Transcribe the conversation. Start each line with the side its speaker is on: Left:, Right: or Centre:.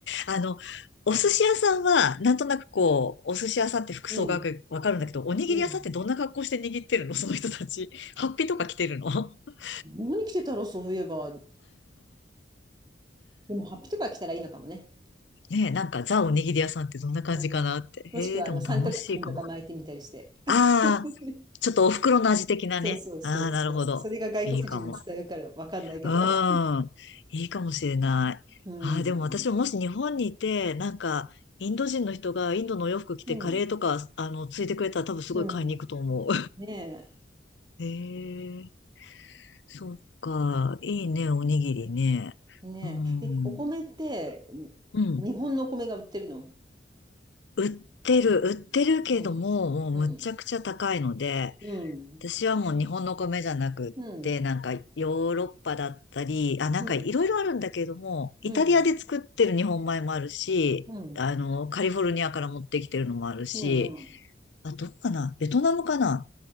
Left: あの、お寿司屋さんは、なんとなくこう、お寿司屋さんって服装がわかるんだけど、
Right: うん。
Left: おにぎり屋さんってどんな格好して握ってるの
Right: うん。
Left: <laughs> その人たち。ハッピーとか着てるの <laughs>
Right: 何着てたろう、そういえば。でも、ハッピとか着たらいいのかもね。
Left: ねえ、なんかザおにぎり屋さんってどんな感じかなって。
Right: うん。もしくは、
Left: へえ、でも楽しいかも。
Right: あの、三角巾とか巻いてみたりして。<laughs>
Left: ああ、ちょっとお袋の味的なね。
Right: そうそうそうそう。
Left: ああ、なるほど。
Right: それが外国人に伝わるからわかんないけど。
Left: いいかも。うん。いいかもしれない。
Right: うん。
Left: ああ、でも私ももし日本にいて、なんか、インド人の人がインドのお洋服着てカレーとか、
Right: うん。
Left: あの、ついてくれたら多分すごい買いに行くと思う。
Right: うん。ね
Left: <laughs> へえ、そっか。いいね、おにぎりね。
Right: え。ねえ。
Left: うん。
Right: え、お米って、
Left: うん。
Right: 日本のお米が売ってるの
Left: 売ってる、売ってるけども、
Right: うん。
Left: もうむっちゃくちゃ高いので、
Right: うん。うん。
Left: 私はもう日本の米じゃなくって、
Right: うん。
Left: なんかヨーロッパだったり、あ、なんかいろいろあるんだけれども、
Right: うん。
Left: イタリアで作ってる日本米もあるし、
Right: うん。うん。
Left: あの、カリフォルニアから持ってきてるのもあるし、
Right: うん。うん。
Left: あ、どこかなベトナムかな